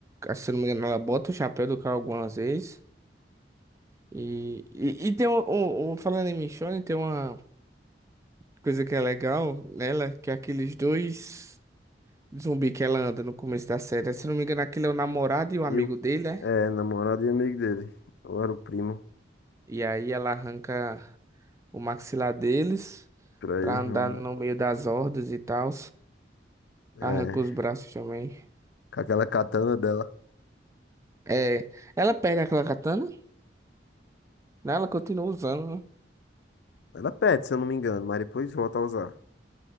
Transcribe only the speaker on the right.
Se eu não me engano, ela bota o chapéu do Carl algumas vezes. E, e, e tem um, um- um- falando em Michonne, tem uma coisa que é legal nela, que é aqueles dois zumbi que ela anda no começo da série. Se eu não me engano, aquele é o namorado e o amigo
dele, né?
E aí ela arranca o maxilar deles
pra
andar
no meio das hordas e tal.
Arranca os braços também.
É, ela perde aquela katana, né? Ela continua usando, né?